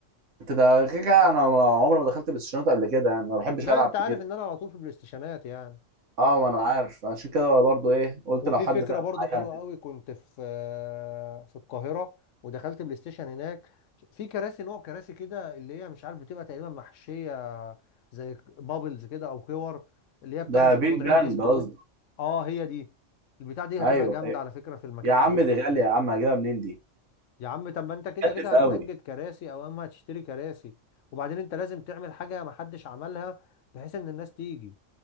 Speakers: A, on the right (about 75°); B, on the left (about 75°).
A: انت ده كده كده انا عمري ما دخلت بلاي ستيشن قبل كده يعني ما بحبش
B: لا
A: العب
B: انت عارف
A: كتير
B: ان انا على طول في البلاي ستيشنات يعني
A: اه ما انا عارف عشان كده برضو ايه قلت
B: وفي
A: لو حد
B: فكرة
A: فاهم
B: برضو
A: معايا
B: حلوة
A: هتبقى-
B: قوي كنت في في القاهرة ودخلت بلاي ستيشن هناك في كراسي نوع كراسي كده اللي هي مش عارف بتبقى تقريبا محشية زي بابلز كده او كور اللي هي بتاخد
A: ده بيت
B: وضعية
A: باند
B: جسمك
A: قصدي
B: ده اه هي دي البتاع دي
A: ايوه
B: هتبقى جامدة
A: ايوه
B: على فكرة في المكان
A: يا عم
B: قوي
A: دي غاليه يا عم هجيبها منين دي
B: يا عم طب ما انت كده
A: كلف
B: كده هتنجد
A: قوي
B: كراسي او اما هتشتري كراسي وبعدين انت لازم تعمل حاجة محدش عملها بحيث ان الناس تيجي